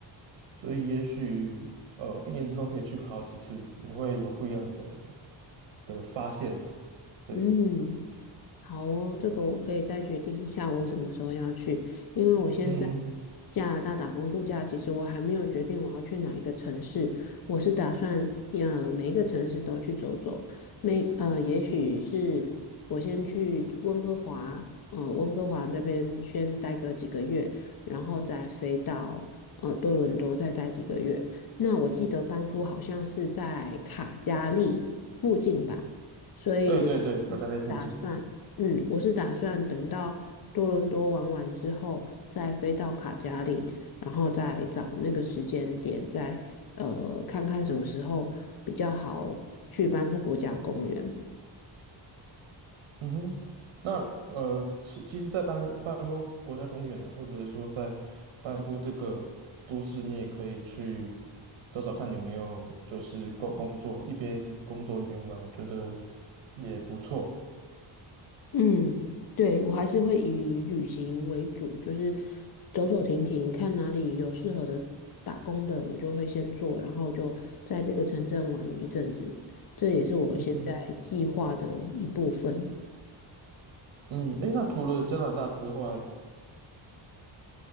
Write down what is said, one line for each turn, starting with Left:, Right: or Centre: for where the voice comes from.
Right: 所以也许呃一年之中可以去好几次，你会有不一样的的发现呢、对，
Left: 嗯。好哦，这个我可以再决定一下我什么时候要去，因为我现在
Right: 嗯，
Left: 加拿大打工度假，其实我还没有决定我要去哪一个城市，我是打算呃每一个城市都去走走，没呃也许是我先去温哥华，呃温哥华那边先待个几个月，然后再飞到呃多伦多再待几个月。那我记得班夫好像是在卡加利附近吧，所以
Right: 对对对，卡扎列附近。
Left: 打算。嗯，我是打算等到多伦多玩完之后，再飞到卡加里，然后再找那个时间点，再呃看看什么时候比较好去班夫国家公园。
Right: 嗯哼，那呃，其其实，在班班夫国家公园呢，或者是说在班夫这个都市，你也可以去找找看有没有就是工工作，一边工作一边玩，我觉得也不错。
Left: 嗯，对，我还是会以旅行为主，就是走走停停，看哪里有适合的打工的，我就会先做，然后就在这个城镇玩一阵子，这也是我现在计划的一部分。
Right: 嗯嗯，诶，那除了加拿大之外，